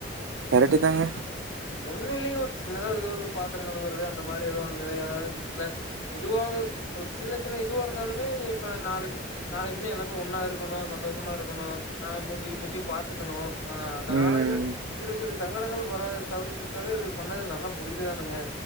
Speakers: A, on the right (about 85°); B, on the left (about 90°).
A: கரெக்ட்டு தாங்க
B: ஒண்ணு இல்லிங்க ஒரு சின்னதா ஏதோ ஒரு பாத்துரோ கழுவுறது அந்த மாரி ஏதோ ஒன்லையா இல்ல எதுவா ஒரு சின்ன சின்ன இதுவா இருந்தாலுமே இப்ப நாலு பேர் நாளைக்கு மன்னி எல்லாமே ஒன்னா இருக்கணு சந்தோஷமா இருக்கணு நாளைக் மூஞ்சிக்கி மூஞ்சி பாத்துக்கணு ஆ அதனால
A: ம்.
B: தா சிறு சிறு சங்கடங்கள் வராது தவிர்த்துட்டாலே இது பண்ணது நல்லா முடிக்க தானுங்க